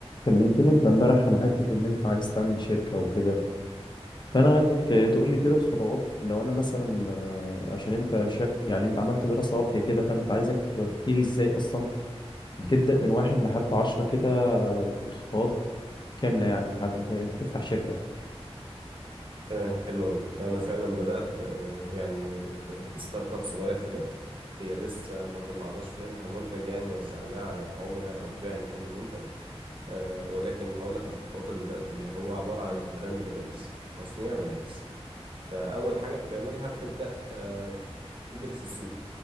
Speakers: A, on the left; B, on the right.
A: كلمتني انت امبارح على حته ان انت عايز تعمل شركه وكده فانا عايزك ت- تقول لي كده الخطوات لو انا مثلا آه، عشان انت شاف يعني انت عملت دراسه وافيه كده فانت عايزك تحكي لي ازاي اصلا بتبدا من واحد لحد عشرة كده آه، الخطوات كامله يعني لحد ما بتفتح شركه
B: تمام حلو قوي انا فعلا بدات آه، يعني في في ستارت اب صغير كده هي لسه ما طلعناش منها منتج يعني وزعناه على عملاء او بعنا منه منتج آه، ولكن هقول لك الخطوات اللي بدات بيها هو عباره عن براند ملابس تصنيع ملابس فاول حاجه بتعملها بتبدا آه، تدرس السوق